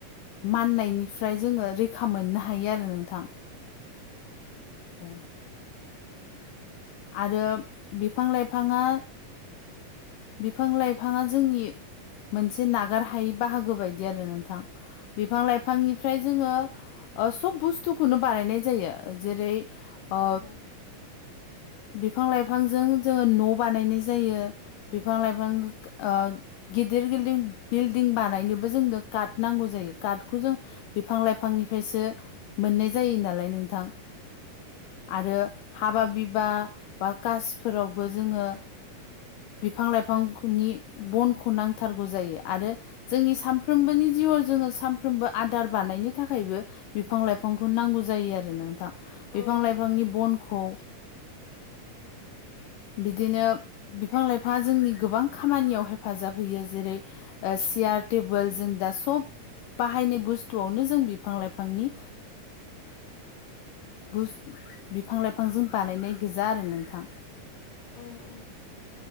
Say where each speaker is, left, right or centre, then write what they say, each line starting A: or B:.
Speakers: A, on the left (about 75°); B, on the left (about 35°).
A: माननायनिफ्राय जोङो रैखा मोननो हा हायो आरो नोंथां औ आरो बिफां लाइफाङा बिफां लाइफाङा जोंनि मोनसे नागार हायै बाहागो बायदि आरो नोंथां। बिफां लाइफांनिफ्राय जोङो सब बुस्थुखौनो बानायनाय जायो जेरै ओ
B: उम
A: बिफां लाइफांजों जोङो न' बानायनाय जायो। बिफां लाइफां ओ गि गिदिर गिदिं बिल्डिं बानायनोबो जोंनो कार्ट नांगौ जायो कार्टखौ जों बिफां लाइफांनिफ्रायसो मोननाय जायो नालाय नोंथां। आरो हाबा बिबा बा कासफोरावबो जोङो बिफां लाइफांनि बनखौ नांथारगौ जायो आरो। जोंनि सानफ्रोमबोनि जिउआव जोङो सानफ्रोमबो आदार बानायनो थाखायबो बिफां लाइफांखौ नांगौ जायो आरो नोंथां। बिफां
B: उम
A: लाइफांनि बनखौ बिदिनो बिफां लाइफाङा जोंनि गोबां खामानियाव हेफाजाब होयो। जेरै ओ सियार टेबोल जों दा सब बाहायनाय बुस्थुआवनो जों बिफां लाइफांनि बुस- बिफां लाइफांजों बानायनाय गोजा आरो नोंथां।
B: उम उम